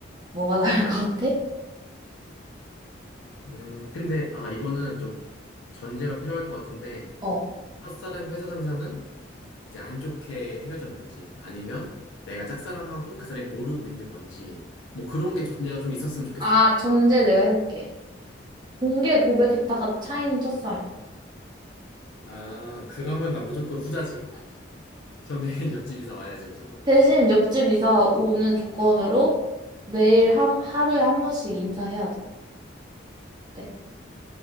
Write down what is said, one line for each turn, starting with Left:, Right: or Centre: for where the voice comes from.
Right: 뭐가 <laughs> 나을 것 같아?
Left: 음, 근데 아 이거는 좀 전제가 필요할 것 같은데
Right: 어.
Left: 첫사랑 회사 상사는 이제 안 좋게 헤어졌는지 아니면 내가 짝사랑하고 그 사람이 모르고 있는 건지 뭐 그런 게 전제가 좀 있었으면 좋겠어.
Right: 아, 전제 내가 해볼게. 공개 고백했다가 차인 첫사랑.
Left: 아, 그러면 나 무조건 후자지. 전애인 <laughs> 옆집 이사 와야지 무조건.
Right: 대신 옆집 이사 오는 조건으로 매일 한, 하루에 한 번씩 인사해야 돼. 네?